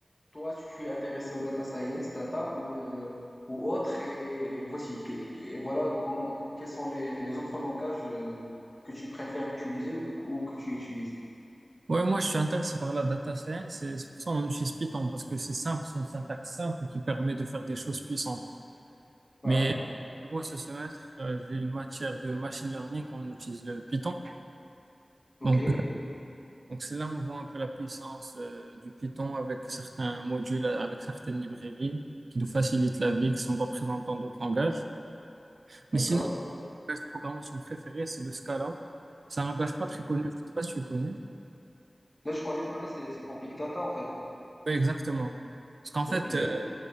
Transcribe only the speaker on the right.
Ouais, moi, je suis intéressé par la data science et c'est pour ça qu'on utilise Python parce que c'est simple, c'est une syntaxe simple qui permet de faire des choses puissantes.
Mais moi, ce semestre, euh, j'ai une matière de machine learning on utilise le Python.
Donc, euh, donc c'est là où on voit un peu la puissance euh, du Python avec certains modules, euh, avec certaines librairies qui nous facilitent la vie, qui sont pas présentes dans d'autres langages. Mais
sinon, mon langage de programmation préféré, c'est le Scala. C'est un langage pas très connu, je sais pas si tu le connais.
Oui, exactement. Parce qu'en
fait, euh,